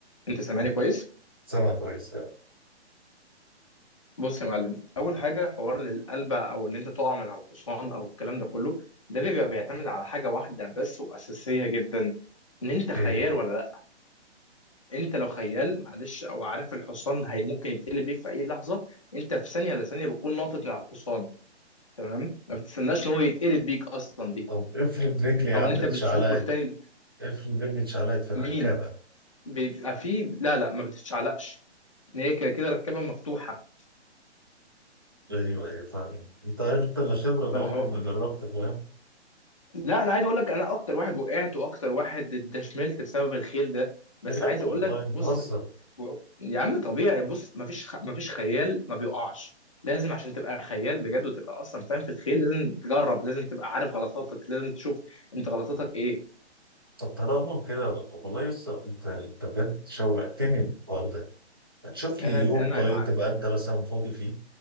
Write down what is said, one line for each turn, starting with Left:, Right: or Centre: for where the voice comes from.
Left: انت سامعني كويس
Right: سامع كويس
Left: بص يا معلم اول حاجه حوار للقلبه او ان انت تقع من على الحصان او الكلام ده كله ده بيبقى بيعتمد على حاجه واحده بس واساسيه جدا ان انت خيال
Right: إيه
Left: ولا لا انت لو خيال معلش او عارف الحصان هي ممكن يتقلب بيك في اي لحظه انت في ثانيه لثانيه بتكون ناطط من على الحصان تمام ما بتستناش ان هو يتقلب بيك اصلا دي
Right: طب افرض رجلي يا
Left: او
Right: عم
Left: ان انت
Right: اتشعلقت
Left: بتزقه لتاني
Right: افرض رجلي اتشعلقت في الركابة
Left: مين بيبقى فيه لا لا ما بتتشعلقش ان هي كده كده ركبه مفتوحه
Right: ايوه ايوه فاهم انت انت اللي خبرة انا
Left: فاهم
Right: عمري ما جربت فاهم
Left: لا انا عايز اقول لك انا اكتر واحد وقعت واكتر واحد اتدشملت بسبب الخيل ده بس
Right: بجد
Left: عايز اقول
Right: والله
Left: لك
Right: بتهزر
Left: بص و- يا عم طبيعي بص مفيش خ... مفيش خيال ما بيقعش لازم عشان تبقى خيال بجد وتبقى اصلا فاهم في الخيل لازم تجرب لازم تبقى عارف غلطاتك لازم تشوف انت غلطاتك ايه
Right: طب طالما كده طب والله يسا انت انت بجد شوقتني الحوار ده هتشوف
Left: انا
Right: لي
Left: انا
Right: يوم طيب
Left: مع
Right: تبقى انت مثلا فاضي فيه